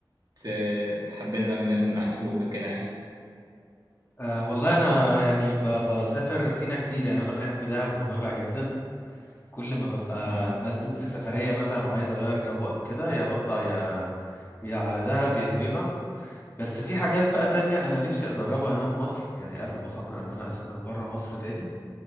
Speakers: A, on the right; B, on the left.
A: ت- تحبذها للناس انها تروح وكده يعني
B: أه والله أنا يعني ب- بسافر سينا كتير يعني أنا بحب دهب ونويبع جدا كل ما ببقى
A: اه
B: مزنوق في سفرية مثلا وعايز أغير جو أو كده يا بطلع يا يا على دهب يا نويبع بس في حاجات بقى تانية أنا نفسي أجربها هنا في مصر يعني قبل ما أفكر إن أنا أسافر بره مصر تاني